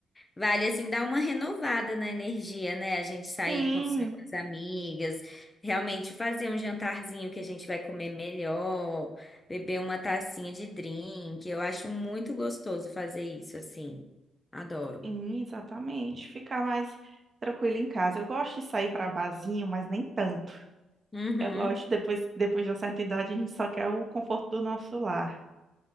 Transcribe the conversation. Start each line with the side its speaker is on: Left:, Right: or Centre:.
Left: Vale, assim, dar uma renovada na energia, né? A gente sair,
Right: Sim,
Left: conversar com as amigas, realmente fazer um jantarzinho que a gente vai comer melhor, beber uma tacinha de drink. Eu acho muito gostoso fazer isso, assim. Adoro.
Right: sim, exatamente, ficar mais tranquila em casa. Eu gosto de sair para barzinho, mas nem tanto.
Left: Uhum.
Right: Eu gosto, depois, depois de uma certa idade, a gente só quer o conforto do nosso lar.